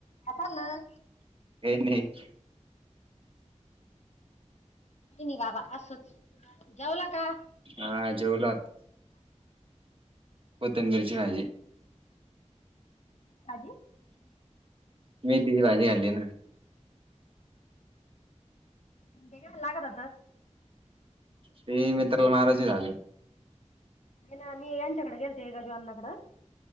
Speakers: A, on the left (about 65°); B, on the right (about 45°).
A: काय चाललं
B: नाही <inaudible>
A: नाही बाबा असच जेवला का?
B: हा जेवलो कोथिंबीर ची भाजी.
A: काजी <inaudible>
B: मेथी ची भाजी खाल्ली ना.
A: मग ते घाला घरातच
B: ती मित्राला महाराज राजजून <inaudible>
A: नाही ना मी यांच्याकडे गेलते गजु आण्णा कड.